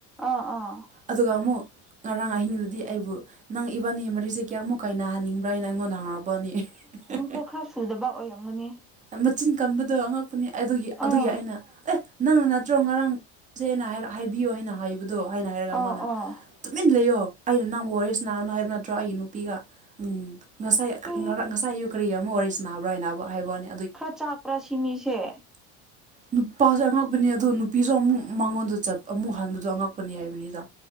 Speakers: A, in the centre; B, on the right.
A: ꯑꯥ ꯑꯥ
B: ꯑꯗꯨꯒ ꯑꯃꯨꯛ ꯉꯔꯥꯡ ꯑꯍꯤꯡꯗꯨꯗꯤ ꯑꯩꯕꯨ ꯅꯪ-ꯏꯕꯥꯅꯤ ꯃꯔꯤꯁꯦ ꯀꯌꯥꯃꯨꯛ ꯀꯥꯏꯅꯍꯟꯅꯤꯡꯕ꯭ꯔꯥ ꯍꯥꯏꯅ ꯑꯩꯉꯣꯟꯗ ꯉꯥꯕꯅꯤ ꯢꯍꯤ ꯍꯦ
A: ꯀꯣꯛ ꯈꯔ ꯁꯨꯗꯕ ꯑꯣꯏꯔꯝꯒꯅꯤ
B: ꯑꯥ ꯃꯆꯤꯟ ꯀꯟꯕꯗꯣ ꯑꯉꯛꯄꯅꯤ ꯑꯗꯨꯒꯤ
A: ꯑꯥ
B: ꯑꯗꯨꯒꯤ ꯑꯩꯅ ꯑꯦ ꯅꯪꯅ ꯅꯠꯇ꯭ꯔꯣ ꯉꯔꯥꯡ ꯆꯦꯅ ꯍꯥꯏꯅ ꯍꯥꯏꯕꯤꯌꯣ ꯍꯥꯏꯕꯗꯣ ꯍꯥꯏꯅ ꯍꯥꯏꯔꯒ
A: ꯑꯥ
B: ꯃꯥꯅ
A: ꯑꯥ
B: ꯃꯤꯟ ꯂꯩꯌꯣ ꯑꯩꯅ ꯅꯪꯕꯨ ꯋꯥꯔꯤ ꯁꯥꯟꯅꯥꯔꯅꯨ ꯍꯥꯏꯕ ꯅꯠꯇ꯭ꯔꯣ ꯑꯩꯒꯤ ꯅꯨꯄꯤꯒ ꯎꯪ ꯉꯁꯥꯏ
A: ꯍꯦ
B: ꯀ ꯉꯁꯥꯏ ꯑꯌꯨꯛ ꯀꯔꯤꯒꯤ ꯑꯃꯨꯛ ꯋꯥꯔꯤꯁꯤ ꯁꯥꯟꯅꯕ꯭ꯔꯥ ꯍꯥꯏꯅ ꯍꯥꯏꯕ ꯋꯥꯅꯦ
A: ꯈꯔ ꯆꯥꯛꯄ꯭ꯔꯥ ꯁꯤ ꯃꯤꯁꯦ
B: ꯅꯨꯄꯥꯖꯦ ꯑꯉꯛꯄꯅꯤ ꯑꯗꯣ ꯅꯨꯄꯤꯖꯨ ꯑꯃꯨꯛ ꯃꯉꯣꯟꯗ ꯆꯠ ꯑꯃꯨꯛ ꯍꯟꯕꯗꯣ ꯑꯉꯛꯄꯅꯦ ꯍꯥꯏꯕꯅꯤꯗ